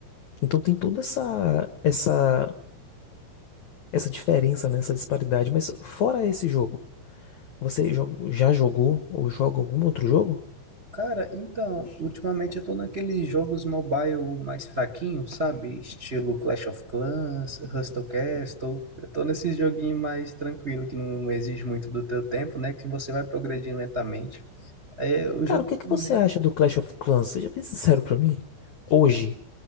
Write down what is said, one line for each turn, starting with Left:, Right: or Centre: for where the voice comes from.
Left: Então tem toda essa, essa, essa diferença, né, essa disparidade. Mas fora esse jogo, você jo- já jogou ou joga algum outro jogo?
Right: Cara, então, ultimamente eu tô naqueles jogos mobile mais fraquinhos, sabe? Estilo Clash of Clans, Hustle Castle. Eu tô nesses joguinhos mais tranquilo, que não exige muito do teu tempo, né? Que você vai progredindo lentamente. É, o jogo
Left: Cara, o que é que
Right: também.
Left: você acha do Clash of Clans? Seja bem <laughs> sincero pra mim. Hoje,